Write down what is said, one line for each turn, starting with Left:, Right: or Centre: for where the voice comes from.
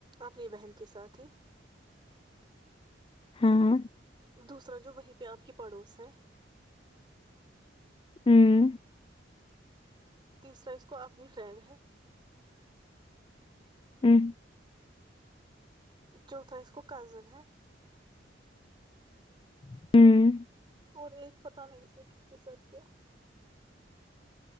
Right: اپنی بہن کے ساتھ ہی
Left: ہاں
Right: دوسرا جو وہیں پہ آپ کی پڑوس ہے
Left: <inaudible>
Right: تیسرا اس کو اپنی فرینڈ ہے
Left: ہوں
Right: چوتھا اس کو کزن ہے
Left: <inaudible>
Right: اور ایک پت نہیں اس نے کس کے ساتھ کیا